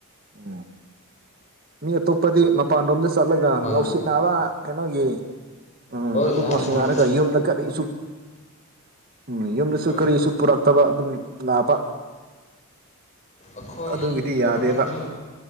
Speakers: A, on the right; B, on the left.
A: ꯑꯣ ꯃꯤ ꯑꯇꯣꯞꯄꯗꯤ ꯃꯄꯥꯟꯔꯣꯝꯗ ꯆꯠꯂꯒ
B: ꯍꯥꯏꯌꯣ
A: ꯉꯧꯁꯤꯟꯅꯥꯕ ꯀꯩꯅꯣꯒꯤ ꯎꯝ
B: ꯍꯣꯏ
A: ꯑꯗꯨꯝ
B: ꯌꯥꯝ
A: ꯉꯥꯎꯁꯤꯡꯔꯒ
B: ꯍꯣꯏ
A: ꯌꯨꯝꯗ ꯀꯔꯤꯁꯨ ꯎꯝ ꯌꯨꯝꯗꯁꯨ
B: ꯍꯣꯏ
A: ꯀꯔꯤꯁꯨ ꯄꯨꯔꯛꯇꯕ ꯑꯗꯨꯝ ꯂꯥꯄ
B: ꯑꯈꯣꯏ
A: ꯑꯗꯨꯒꯤꯗꯤ
B: ꯃꯔꯨꯞꯁꯤꯡꯁꯨ
A: ꯌꯥꯗꯦꯕ